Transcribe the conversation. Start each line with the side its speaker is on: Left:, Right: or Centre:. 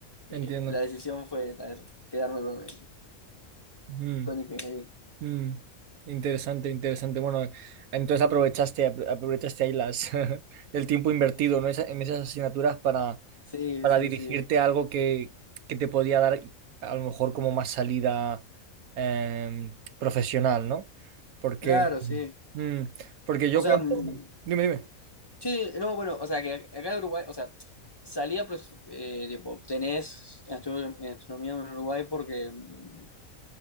Left: eh,
Right: entiendo.
Left: la decisión fue ta, eso, quedarme con,
Right: Mm,
Left: con ingeniería.
Right: Mm, interesante, interesante. Bueno, entonces aprovechaste, apro- aprovechaste ahí las, <laughs> el tiempo invertido, ¿no? Esa- en esas asignaturas para,
Left: Sí,
Right: para
Left: sí,
Right: dirigirte
Left: sí.
Right: a algo que, que te podía dar a lo mejor como más salida eh, profesional, ¿no? Porque,
Left: Claro, sí.
Right: mm, porque yo
Left: O sea,
Right: cuento...
Left: mm,
Right: Dime, dime.
Left: sí, no, bueno, o sea, que ac- acá en Uruguay, o sea, salía, pues, eh, tipo, tenés en astro- en astronomía en Uruguay porque, mm,